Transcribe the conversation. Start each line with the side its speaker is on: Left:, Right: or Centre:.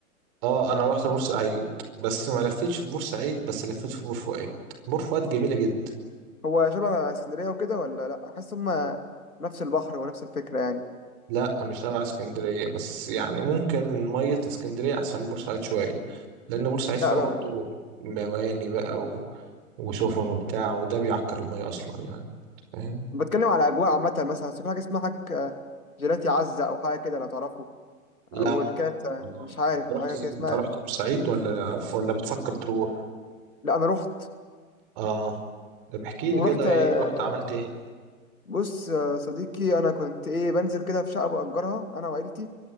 Right: اه انا رحت بورسعيد بس ما لفتش في بورسعيد بس لفيت في بور فؤاد بور فؤاد جميله جدا
Left: هو شبه اسكندرية وكده ولا لأ حاسس هما نفس البحر ونفس الفكرة يعني
Right: لا مش تبع اسكندرية بس يعني ممكن مية اسكندرية أحسن من بورسعيد شوية لأن بورسعيد فيها
Left: لأ ب-
Right: برضو مواني بقى و... وسفن وبتاع وده بيعكر المية أصلا يعني فاهم؟
Left: بتكلم على أجواء عامة مثلا بس في حاجة اسمها حاجة جيلاتي عزة أو حاجة كده لو تعرفه
Right: لا
Left: أو الكاسة
Right: ما
Left: مش عارف
Right: أنت رحت
Left: حاجة كده اسمها
Right: أنت رحت بورسعيد ولا ولا بتفكر تروح؟
Left: لأ أنا رحت
Right: آه طب احكي
Left: ورحت
Right: لي كده
Left: آه،
Right: إيه رحت عملت إيه؟
Left: بص آه، صديقي أنا كنت إيه بنزل كده في شقة بأجرها أنا وعيلتي